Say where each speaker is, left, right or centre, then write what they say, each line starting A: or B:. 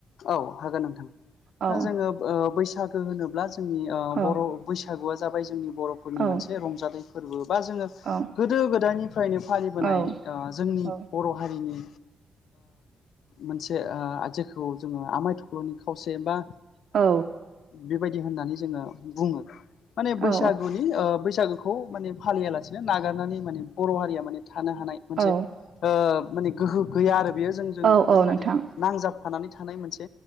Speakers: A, on the left; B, on the right.
A: औ हागोन नोंथां
B: औ
A: जोङो बैसागो होनोब्ला। जोंनि
B: औ
A: बैसागुआ जाबाय जोंनि बर'फोरनि
B: औ
A: मोनसे रंजानाय फोरबो बा जोङो गोदो।
B: औ
A: गोदो गोदायनिफ्रायनो फालिबोनाय
B: औ
A: जोंनि
B: औ
A: बर' हारिनि। मोनसे आ जेखौ जोङो आमाइ थख्ल'नि खावसे बा।
B: औ
A: बेबायदि होननानै जोङो बुङो माने
B: औ
A: बैसागुनि बैसागुखौ। खौ माने फालियालासेनो नागारनानै माने बर' हारिया माने थानो हानाय मोनसे।
B: औ
A: माने गोहो गैया आरो बेयो जोंजों
B: औ औ
A: माने
B: नोंथां
A: नांजाबफानानै थानाय मोनसे।